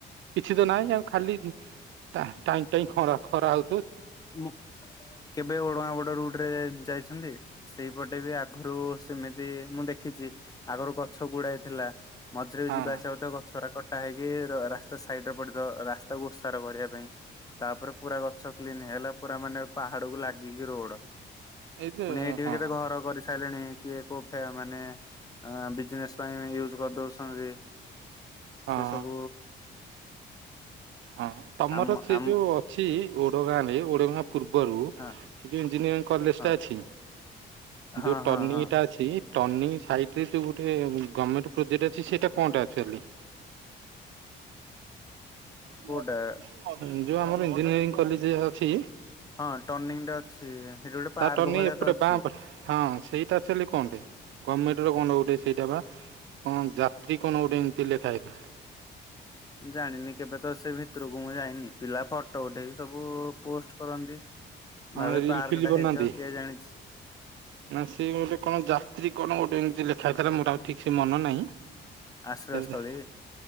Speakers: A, on the right; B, on the left.
A: କିଛି ତ ନାହିଁ ଆଉ ଖାଲି। ଟା ଟାଇଁ ଟାଇଁ ଖର ଖରା ହଉ
B: ମୁଁ କେବେ ଓଡଗାଁ ପଟ ରୁଟ ରେ ଯାଇଛନ୍ତି? ସେଇପଟେ ବି ଆଗରୁ ସେମିତି ମୁଁ ଦେଖିଛି ଆଗରୁ ଗଛ ଗୁଡାଏ ଥିଲା। ମଝିରେ ବି
A: ହଁ
B: ଯିବା ଆସିବା ହଉଥିବ ଗଛରାକ। କଟା ହେଇକି ରାସ୍ତା ସାଇଟ ରେ ପଡିଥିବ ରାସ୍ତାକୁ ଉସାର କରିବା ପାଇଁ ତାପରେ ପୁରା ଗଛ। ହେଲା ପୁରା ମାନେ ପାହାଡକୁ ଲାଗିକି ରୋଡ
A: ଏଇ ତ
B: ପୁଣି ହେଇଠି
A: ହଁ
B: ବି କେତେ ଘର କରି ସାଇଲେଣି କିଏ କୋ ଫେ ମାନେ ବିଜନେସ ପାଇଁ ୟୁଜ କରିଦଉଛନ୍ତି।
A: ହଁ
B: ସେ ସବୁ।
A: ହଁ ତମର
B: ଆମ
A: ସେ
B: ଆମ
A: ଯୋଉ ଅଛି ଓଡଗାଁ ରେ ଓଡଗାଁ। ପୂର୍ବରୁ
B: ହଁ
A: ସେ ଯୋଉ ଇଞ୍ଜିନିୟରିଂ କଲେଜ
B: ହଁ
A: ଟା ଅଛି
B: ହଁ
A: ଯୋଉ
B: ହଁ
A: ଟର୍ନିଂ
B: ହଁ
A: ଟା ଅଛି। ଟରନିଙ୍ଗ ସାଇଟରେ ଯୋଉ ଗୋଟେ ଗମେଣ୍ଟ ପ୍ରୋଜେକ୍ଟ ଅଛି ସେଇଟା କଣ ଟା ଆକଚୁଆଲି। ଯୋଉ
B: କୋଉଟା
A: ଆମର ଇଞ୍ଜିନିୟରିଂ କଲେଜ ଅଛି।
B: ହଁ ଟର୍ନିଂ ଟା ଅଛି। ସେଠି ଗୋଟେ
A: ତା
B: ପାର୍କ
A: ଟର୍ଣିଂ
B: ଭଳିଆ
A: ଏପଟେ
B: ତ ଅଛି।
A: ବାଁ ପେ ହଁ ସେଇଟା ଆକଚାଲି କଁ ପାଇଁ ଗମେଣ୍ଟ। ସେଠି କଣ ଗୋଟେ ସେଇଟା ବା କଣ ଯାତ୍ରୀ କଣ ଗୋଟେ ଏମିତି ଲେଖା ହେଇଥାଏ।
B: ଜାଣିନି କେବେ ତ ସେ ଭିତରକୁ ମୁଁ ଯାଇନି ପିଲା ଫଟୋ ଉଠେଇକି‌। ସବୁ ପୋଷ୍ଟ କରନ୍ତି
A: ହଁ
B: ଭାବେ
A: ରିଲ
B: ପାର୍କ
A: ଫିଲ୍
B: ଟା
A: ବନାନ୍ତି
B: ହେଇଥିବ କିଏ ଜାଣିଛି।
A: ନା ସେ ଗୋଟେ କଣ ଯାତ୍ରୀ କଣ ଗୋଟେ ଏମିତି ଲେଖା ହେଇଥିଲା ମୋର ଆଉ ଠିକ ସେ ମନ ନାହିଁ। ସେ
B: ଆଶ୍ରୟସ୍ଥଳୀ।
A: ତେ